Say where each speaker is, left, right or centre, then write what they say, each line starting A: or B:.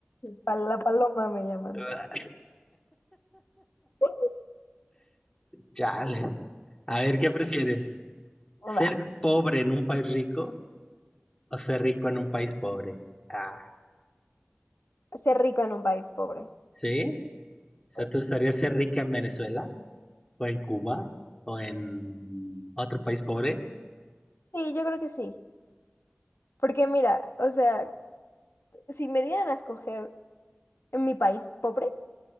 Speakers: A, on the left; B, on the left.
A: Pa- La paloma me llaman.
B: Ah,
A: <laughs>
B: Chale. A ver, ¿qué prefieres? ¿Ser
A: Va,
B: pobre en un país rico o ser rico en un país pobre? Ah,
A: ser rico en un país pobre.
B: ¿sí? O
A: Sí.
B: sea, ¿te gustaría ser rica en Venezuela o en Cuba o en otro país pobre?
A: Sí, yo creo que sí. Porque mira, o sea, si me dieran a escoger en mi país pobre,